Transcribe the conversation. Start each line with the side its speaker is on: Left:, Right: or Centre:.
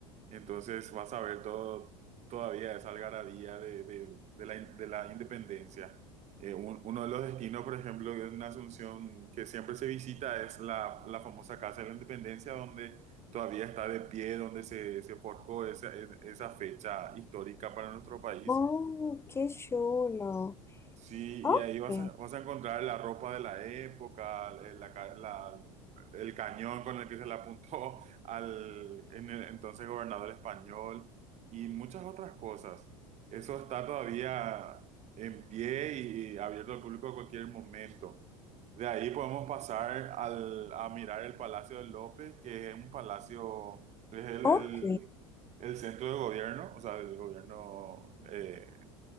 Right: Entonces vas a ver todo, todavía esa algarabía de, de- de la, de la independencia. Eh, un- uno de los destinos, por ejemplo, en Asunción que siempre se visita es la, la famosa Casa de la Independencia, donde todavía está de pie, donde se, se forjó esa, e, esa fecha histórica para nuestro país.
Left: Oh, qué chulo.
Right: Sí,
Left: Ok,
Right: y ahí vas a, vas a encontrar la ropa de la época, el, la ca- la- el cañón con el que se le apuntó <laughs> al en el entonces gobernador español y muchas otras cosas. Eso está todavía en pie y, y abierto al público a cualquier momento. De ahí podemos pasar al, a mirar el Palacio de López, que es un palacio, es el,
Left: ok.
Right: el- el centro de gobierno, o sea, el gobierno eh,